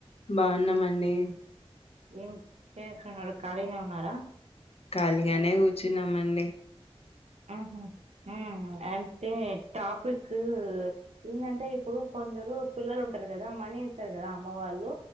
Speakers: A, on the left; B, on the right.
A: బావున్నాం అండి
B: ఏం చేస్తున్నారు ఖాళీనే ఉన్నారా
A: ఖాళీగానే కూర్చున్నాం అండి
B: ఆ ఆ అంతే టాపిిక్ ఏందంటే ఇప్పుడు కొందరు పిల్లలు ఉం ారు కదా మనీ ఇస్తారు కదా అమ్మ వాళ్ళు